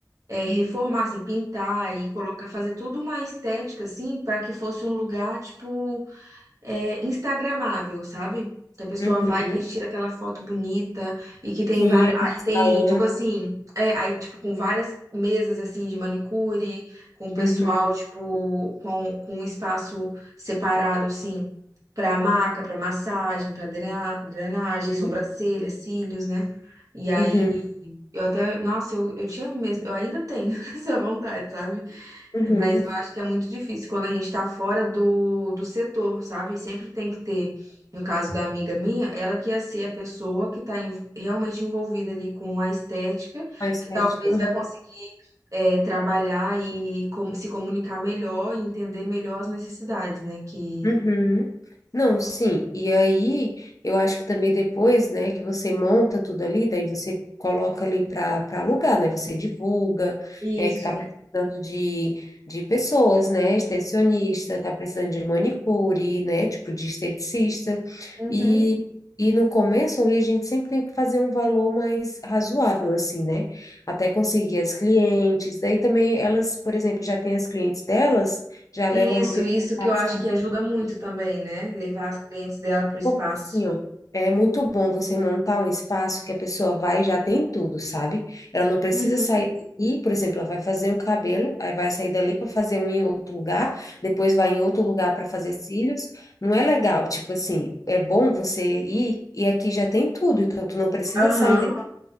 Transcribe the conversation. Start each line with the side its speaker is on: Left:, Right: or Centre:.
Right: é, reformar, assim, pintar e colocar, fazer tudo uma estética, assim, pra que fosse um lugar, tipo é, instagramável, sabe? Que a pessoa
Left: uhum.
Right: vai, que tira aquela foto bonita e que tem
Left: Sim,
Right: várias,
Left: aquele
Right: aí tem,
Left: salão.
Right: tipo assim, é, aí tipo com várias mesas assim de manicure, com o pessoal
Left: Uhum,
Right: tipo com, com um espaço separado assim para maca, para massagem, para drenagem,
Left: uhum,
Right: sobrancelha, cílios, né? E aí
Left: uhum,
Right: eu até, nossa, eu, eu tinha mesmo, eu ainda tenho <laughs> essa vontade, sabe?
Left: uhum.
Right: Mas eu acho que é muito difícil quando a gente está fora do, do setor, sabe? Sempre tem que ter, no caso da amiga minha, ela que ia ser a pessoa que está realmente envolvida ali com a estética,
Left: A estética.
Right: que talvez vai conseguir é, trabalhar e com- se comunicar melhor e entender melhor as necessidades, né? Que...
Left: Uhum. Não, sim. E aí, eu acho que também depois, né, que você monta tudo ali, daí você coloca ali para para alugar, né? Você divulga,
Right: Isso.
Left: é que tá precisando de, de pessoas, né? Extensionista, tá precisando de manicure, né? Tipo de esteticista.
Right: Uhum.
Left: E, e no começo ali a gente sempre tem que fazer um valor mais razoável, assim, né? Até conseguir as clientes. Daí também elas, por exemplo, já tem as clientes delas, já
Right: Isso,
Left: levam para o espaço.
Right: isso que eu acho que ajuda muito também, né? Levar as clientes dela para
Left: É
Right: o espaço.
Left: porque assim, ó, é muito bom você montar um espaço que a pessoa vai e já tem tudo, sabe? Ela não precisa
Right: Uhum.
Left: sair daqui, por exemplo, ela vai fazer um cabelo, aí vai sair dali para fazer um em outro lugar, depois vai em outro lugar para fazer cílios. Não é legal, tipo assim, é bom você ir e aqui já tem tudo, então tu não precisa
Right: Aham.
Left: sair daqui.